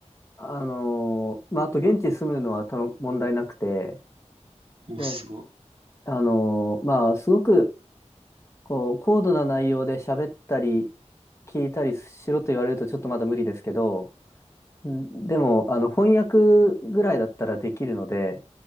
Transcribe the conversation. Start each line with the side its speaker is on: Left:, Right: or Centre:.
Left: あのーまあ、あと現地に住むのは多分問題なくて、
Right: もうすご
Left: で、あのーまあ、すごく、こう、高度な内容で喋ったり、聞いたりしろと言われるとちょっとまだ無理ですけど、んでも、あの、翻訳ぐらいだったらできるので、